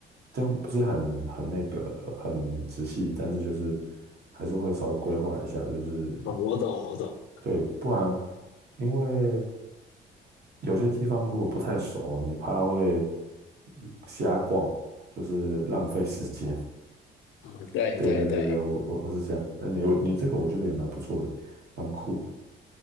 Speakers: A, on the right; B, on the left.
A: 样，不是很很那个很仔细，但是就是还是会稍微规划一下，就是
B: 嗯我懂，我懂。
A: 对，不然因为有些地方如果不太熟，你怕会瞎逛，就是浪费时间。
B: 嗯，对对对。
A: 对对对对，我我我是这样。那你有你这个，我觉得也蛮不错的，蛮酷的。